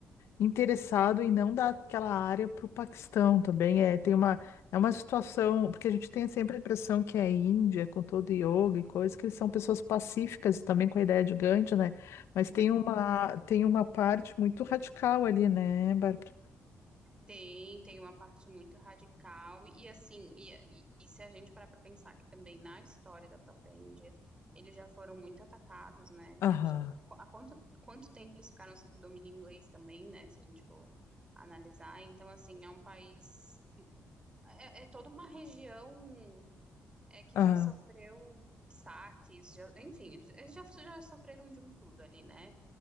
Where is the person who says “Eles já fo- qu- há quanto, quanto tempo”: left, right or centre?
Right